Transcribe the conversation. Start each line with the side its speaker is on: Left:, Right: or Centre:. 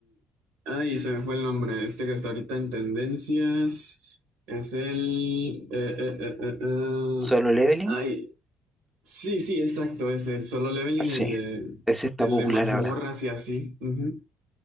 Right: Ay, se me fue el nombre. Este que está ahorita en tendencias es el. eh, eh, eh, eh, eh,
Centre: ¿Solo Leveling?
Right: Ay, sí, sí, exacto. Es el Solo Leveling,
Centre: Sí,
Right: el
Centre: ese está
Right: de, el
Centre: popular
Right: de mazmorras
Centre: ahora.
Right: y así. Ujú.